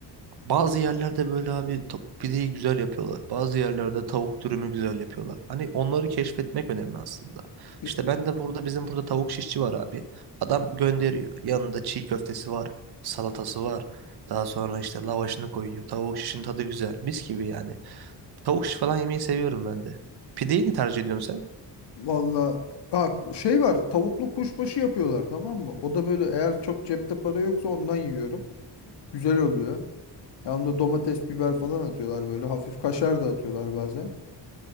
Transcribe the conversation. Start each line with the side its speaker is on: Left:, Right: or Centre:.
Right: Bazı yerlerde böyle abi ta- pideyi güzel yapıyorlar. Bazı yerlerde tavuk dürümü güzel yapıyorlar. Hani onları keşfetmek önemli aslında.
Left: Ya,
Right: İşte ben de burada bizim burada tavuk şişçi var abi. Adam gönderiyor. Yanında çiğ köftesi var. Salatası var. Daha sonra işte lavaşını koyuyor. Tavuk şişin tadı güzel. Mis gibi yani. Tavuk şiş falan yemeyi seviyorum ben de. Pideyi ne tercih ediyorsun
Left: Valla ha, şey var tavuklu kuşbaşı yapıyorlar tamam mı? O da böyle eğer çok cepte para yoksa ondan yiyorum. Güzel oluyor. Ya onda domates, biber falan atıyorlar böyle. Hafif kaşar da atıyorlar bazen.